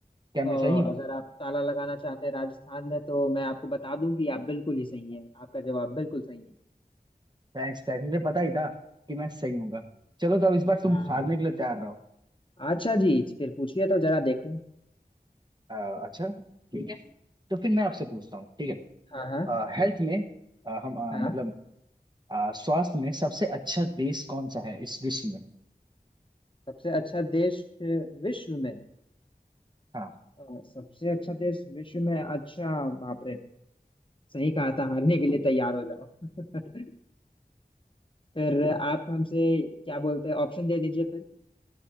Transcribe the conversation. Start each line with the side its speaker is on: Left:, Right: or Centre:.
Right: क्या
Left: अ,
Right: मैं सही हूँ
Left: अगर आप ताला लगाना चाहते हैं राजस्थान में तो मैं आपको बता दूं कि आप बिल्कुल ही सही हैं आपका जवाब बिल्कुल सही है
Right: थैंक्स थैंक्स मुझे पता ही था कि मैं सही हूँगा चलो तो अब इस बार तुम
Left: हाँ
Right: हारने के लिए तैयार रहो
Left: अच्छा जी फिर पूछिए तो जरा देखूं
Right: आ, अच्छा ठीक है तो फिर मैं आपसे पूछता हूँ ठीक है
Left: हाँ हाँ
Right: हेल्थ में अ, हम अ,
Left: हाँ
Right: मतलब अ, स्वास्थ्य में सबसे अच्छा देश कौन सा है इस विश्व में
Left: सबसे अच्छा देश विश्व में
Right: हाँ
Left: अ, सबसे अच्छा देश विश्व में अच्छा बाप रे सही कहा था हारने के लिए तैयार हो जाओ <laughs> फिर आप हमसे क्या बोलते हैं ऑप्शन दे दीजिए फिर